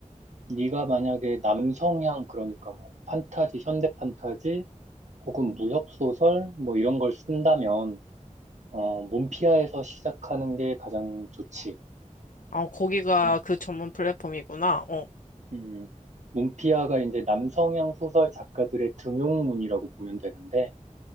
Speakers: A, on the right; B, on the left.
A: 네가 만약에 남성향, 그러니까 뭐 판타지, 현대 판타지, 혹은 무협소설 뭐 이런 걸 쓴다면 어, 문피아에서 시작하는 게 가장 좋지.
B: 어, 거기가
A: 문,
B: 그 전문 플랫폼이구나. 어.
A: 음, 문피아가 이제 남성향 소설 작가들의 등용문이라고 보면 되는데